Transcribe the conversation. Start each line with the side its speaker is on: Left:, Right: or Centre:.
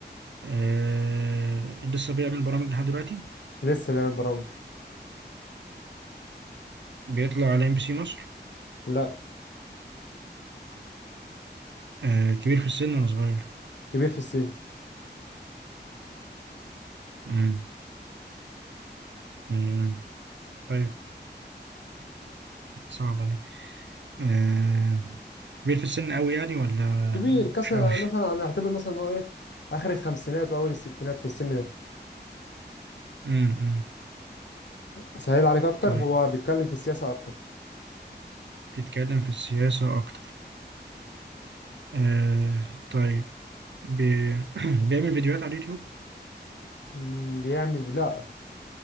Right: آه، لسه بيعمل برامج لحد دلوقتي
Left: لسه بيعمل برامج
Right: بيطلع على ام بي سي مصر
Left: لا
Right: آه، كبير في السن ولا صغير
Left: كبير في السن
Right: مم. مم. طيب صعبة دي آه، كبير في السن أوي يعني ولا
Left: كبير كسر
Right: مش أوي
Left: مثلا هنعتبر مثلا ان هو ايه اخر الخمسينات واول الستينات في السن ده
Right: <laughs> مم. مم.
Left: اسهل عليك اكتر
Right: طيب
Left: هو بيتكلم في السياسه اكتر
Right: بيتكلم في السياسة أكتر آه، طيب بي... <clears throat> بيعمل فيديوهات على اليوتيوب
Left: مم، بيعمل لا